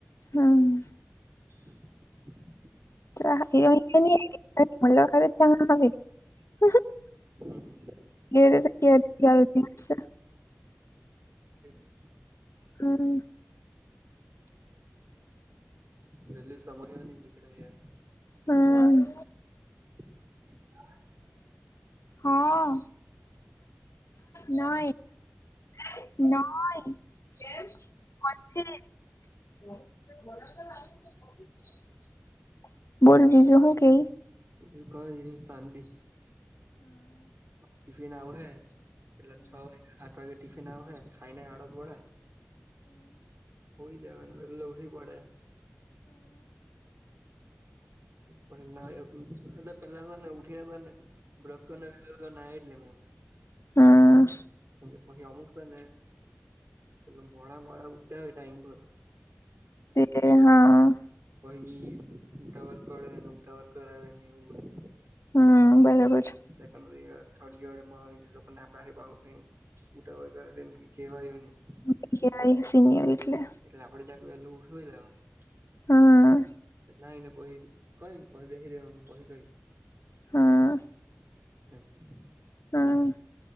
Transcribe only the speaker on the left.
હમ્મ
<unintelligible>
<unintelligible>
હમ્મ
હમ્મ
હા નઈ <inaudible> બોલ બીજું હું કેય
હમ્મ
<unintelligible> હા
હમ્મ બરાબર છે.
ની કેવાય સિનયર એટલે
હમ્મ
હમ્મ
હમ્મ